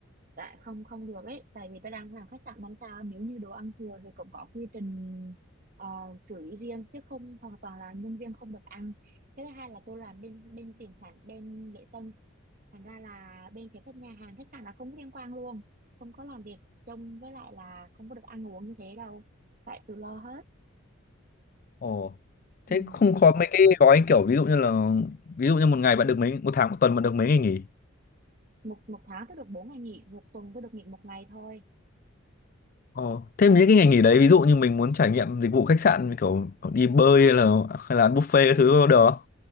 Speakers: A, on the right; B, on the left.
A: tại không không được ấy tại vì tôi đang làm khách sạn năm sao nếu như đồ ăn thừa thì cũng có quy trình ờ, xử lý riêng chứ không hoàn toàn là nhân viên không được ăn cái thứ hai là tôi làm bên bên tiền sản bên lễ tân thành ra là bên phía các nhà hàng khách sạn là không có liên quan luôn không có làm việc trông với lại là không có được ăn uống như thế đâu phải tự lo hết
B: Ồ.
A: ừ.
B: Thế không có mấy cái gói kiểu ví dụ như là ví dụ như một ngày bạn được mấy một tháng một tuần bạn được mấy ngày nghỉ.
A: một một tháng tôi được bốn ngày nghỉ một tuần tôi được nghỉ một ngày thôi
B: Ồ. Thế những cái ngày nghỉ đấy ví dụ như mình muốn trải nghiệm dịch vụ khách sạn như kiểu đi bơi hay là hay là ăn buffet cái thứ được không?